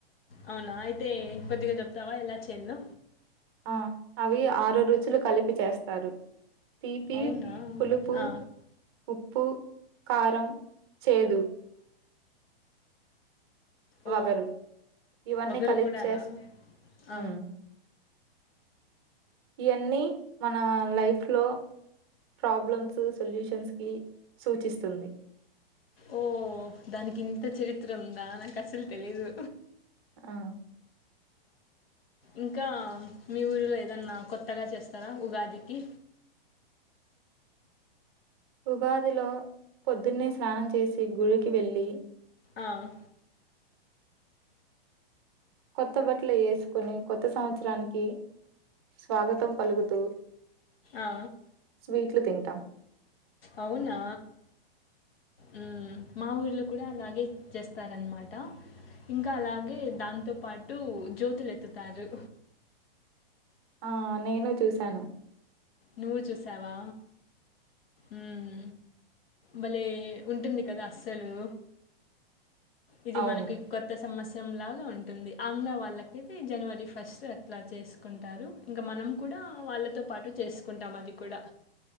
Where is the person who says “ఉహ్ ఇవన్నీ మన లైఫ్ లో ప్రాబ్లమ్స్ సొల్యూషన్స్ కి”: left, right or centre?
Right